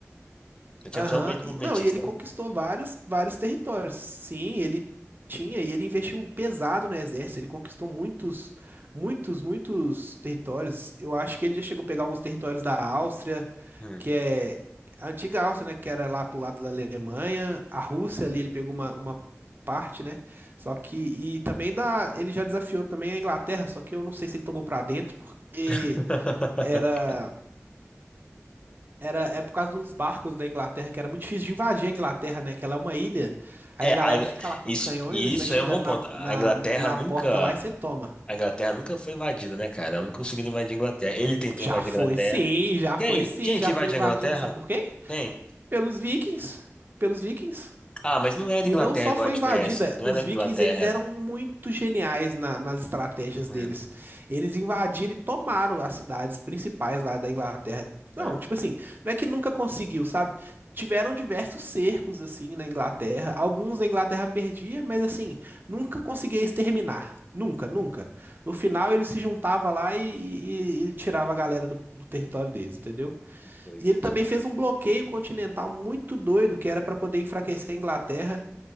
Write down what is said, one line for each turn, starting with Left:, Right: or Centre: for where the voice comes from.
Left: Ele tinha
Right: Aham,
Left: uma visão bem desenvolvimentista,
Right: e- Não, e ele conquistou
Left: né?
Right: vários, vários territórios. Sim, ele tinha e ele investiu pesado no exército. Ele conquistou muitos, muitos, muitos territórios. Eu acho que ele já chegou a pegar alguns territórios da Áustria,
Left: Hum.
Right: que é a antiga Áustria, né? Que era lá pro lado da Alemanha. A Rússia ali, ele pegou uma, uma parte, né? Só que. E também da. Ele já desafiou também a Inglaterra, só que eu não sei se ele tomou pra dentro, porque
Left: <laughs>
Right: era. Era, é por causa dos barcos da Inglaterra, que era muito difícil de invadir a Inglaterra, né? Que ela é uma ilha. Aí
Left: É,
Right: a galera
Left: a Ingl-
Right: fica lá com
Left: isso,
Right: os canhões,
Left: e
Right: aí você
Left: isso
Right: vai chegando
Left: é um bom ponto.
Right: na,
Left: A
Right: na,
Left: Inglaterra
Right: na
Left: nunca,
Right: porta lá e você toma.
Left: a Inglaterra nunca foi invadida, né, cara? Ela não conseguiu invadir a Inglaterra. Ele tentou
Right: Já
Left: invadir
Right: foi
Left: a Inglaterra.
Right: sim, já foi
Left: Quem?
Right: sim,
Left: Quem
Right: já
Left: que invadiu
Right: foi invadida,
Left: a Inglaterra?
Right: sabe por quê?
Left: Quem?
Right: Pelos vikings. Pelos vikings.
Left: Ah, mas não era
Right: E
Left: Inglaterra
Right: não só
Left: igual
Right: foi
Left: a gente
Right: invadida,
Left: conhece. Não
Right: os
Left: era
Right: vikings
Left: Inglaterra.
Right: eles eram muito geniais na- nas estratégias
Left: Hum.
Right: deles. Eles invadiram e tomaram as cidades principais lá da Inglaterra. Não,
Left: Ah,
Right: tipo assim, não é que nunca conseguiu, sabe? Tiveram diversos cercos assim na Inglaterra. Alguns a Inglaterra perdia, mas assim, nunca conseguia exterminar. Nunca, nunca. No final ele se juntava lá e, e- e tirava a galera do, do território deles, entendeu?
Left: doido
Right: E ele
Left: isso.
Right: também fez um bloqueio continental muito doido, que era para poder enfraquecer a Inglaterra.